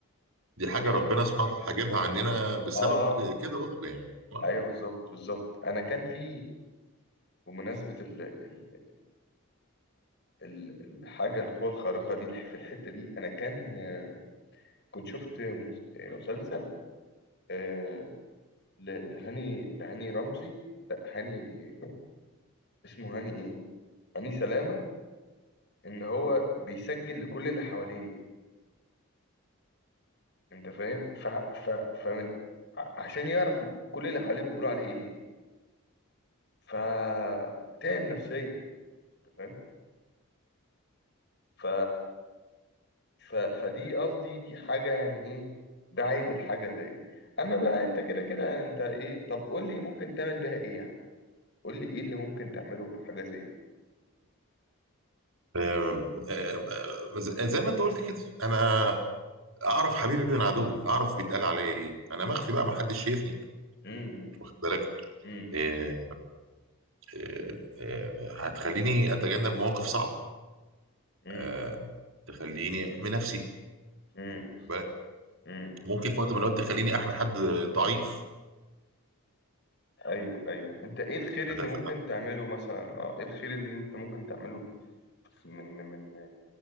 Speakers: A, on the right; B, on the left.
A: دي حاجه
B: يعني
A: ربنا سبحانه وتعالى حاجبها عننا بسبب
B: اه
A: ك- كده برضه يعني آه.
B: ايوه بالظبط بالظبط انا كان في بمناسبة ال ال ال الحاجة القوة الخارقة دي في الحتة دي أنا كان آه، كنت شفت مس- آه، مسلسل آه، ل- لهاني لهاني رمزي لا هاني اسمه هاني إيه هاني سلامة إن هو بيسجل لكل اللي حواليه أنت فاهم ف ف فمن ع- عشان يعرف إن كل اللي حواليه بيقولوا عليه إيه فتعب نفسيا أنت فاهم ف ف... فدي قصدي دي حاجة يعني ايه ده عيب الحاجة زي دي اما بقى انت كده كده انت ايه طب قول لي ممكن تعمل بيها ايه يعني قول لي ايه اللي ممكن تعمله بحاجة زي دي
A: آم، آم، آم، زي زي ما انت قلت كده انا اعرف حبيبي من عدوي اعرف بيتقال عليا ايه انا مخفي بقى ما حدش شايفني
B: امم
A: واخد بالك
B: امم
A: آه، آه، آه، هتخليني اتجنب مواقف صعبه
B: امم
A: آه، تخليني احمي نفسي
B: امم
A: واخد بالك
B: امم
A: ممكن في وقت من الاوقات تخليني احمي حد ضعيف
B: ايوه ايوه انت ايه الخير
A: ادافع
B: اللي ممكن
A: عنه.
B: تعمله مثلا اه ايه الخير اللي انت ممكن تعمله من من